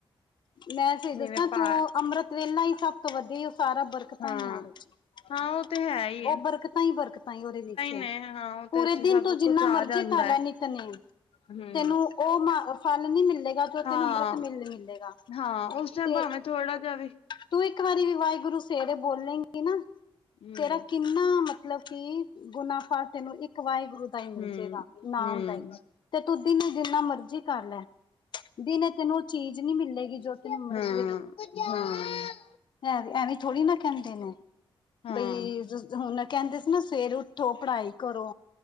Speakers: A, on the left; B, on the left.
A: ਮੈਂ ਸਹੀ ਦੱਸਾਂ
B: ਜਿਵੇਂ ਪਾ
A: ਤੂੰ, ਅੰਮ੍ਰਿਤ ਵੇਲਾ ਹੀ ਸਭ ਤੋਂ ਵਧੀਆ ਈ, ਉਹ ਸਾਰਾ ਬਰਕਤਾਂ
B: ਹਾਂ
A: ਈ ਆ, ਉਹਦੇ'ਚ
B: ਹਾਂ ਉਹ ਤੇ ਹੈ ਹੀ ਏ,
A: ਉਹ ਬਰਕਤਾਂ ਹੀ ਬਰਕਤਾਂ ਹੀ ਉਹਦੇ ਵਿੱਚ,
B: ਨੇ ਹਾਂ ਉਹਦੇ
A: ਪੂਰੇ
B: ਚ
A: ਦਿਨ
B: ਸਭ
A: ਤੂ ਜਿੰਨਾ
B: ਕੁਛ ਆ
A: ਮਰਜ਼ੀ
B: ਜਾਂਦਾ
A: ਕਰ ਲੈ
B: ਹੈ
A: ਨ ਨਿੱਤਨੇਮ,
B: ਹਮ
A: ਤੇਨੁੰ ਉਹ ਮ ਫਲ ਨੀ ਮਿਲੇਗਾ, ਜੋ
B: ਹਾਂ
A: ਤੈਨੂੰ ਅੰਮ੍ਰਿਤ ਵੇਲੇ ਲ ਮਿਲੇਗਾ।
B: ਹਾਂ, ਉਸ ਟਾਇਮ
A: ਤੇ
B: ਭਾਵੇਂ ਥੋੜਾ ਜਾ ਵੀ
A: ਤੂੰ ਇੱਕ ਵਾਰੀ ਵੀ ਵਾਹਿਗੁਰੂ ਸਵਰੇ ਬੋਲੇਂਗੀ ਨਾ,
B: ਹਮ
A: ਤੇਰਾ ਕਿੰਨਾ ਮ ਮਤਲਬ ਕਿ, ਗੁਨਾ ਫਾਟੇ ਨੂੰ ਇੱਕ ਵਾਹਿਗੁਰੂ ਹੀ ਮਿਲਜੇਗਾ,
B: ਹਮ
A: ਨਾਮ ਦਾ ਈ ਤੇ ਤੁ ਦੀਨੇ ਜਿੰਨਾ ਮਰਜ਼ੀ ਕਰਲੈ। ਦਿਨੇ ਤੈਨੂੰ ਉਹ ਚੀਜ਼ ਨਹੀਂ ਮਿਲੇਗੀ। ਜੋ
B: ਹੂੰ,
A: ਤੈਨੂੰ ਅੰਮ੍ਰਿਤ
B: ਹੂੰ।
A: ਐਂਵੀ, ਐਵੇਂ ਥੋੜੀ ਨਾ ਕਹਿੰਦੇ ਨੇ,
B: ਹਾਂ
A: ਬਈ ਹੁਣ ਨਾ ਕਹਿੰਦੇ ਸੀ ਨਾ ਸਵੇਰ ਉਠ ਉੱਠੋ, ਪੜ੍ਹਾਈ ਕਰੋ,